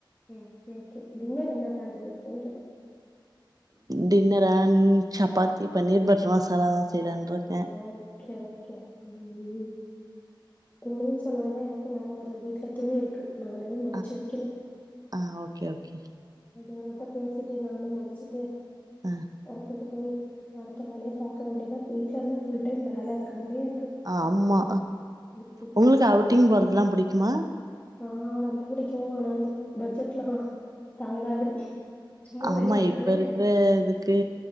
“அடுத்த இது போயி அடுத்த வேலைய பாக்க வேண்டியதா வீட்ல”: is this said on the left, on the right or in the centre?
Left